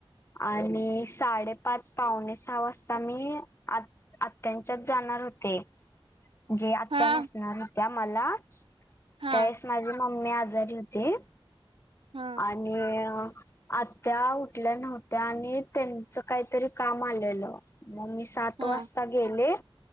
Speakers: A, on the left; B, on the right.
A: आणि साडेपाच पाहणे सहा वाजता मी आत आत्यांच्यात जाणार होते जे आत्या
B: हा
A: नेसणार होत्या मला त्यावेळेस
B: हा
A: माझी मम्मी आजारी होते
B: हा.
A: आणि आत्या उठल्या नव्हत्या आणि त्यांच काहीतरी काम आलेलं म मी स सात
B: हा
A: वाजता गेले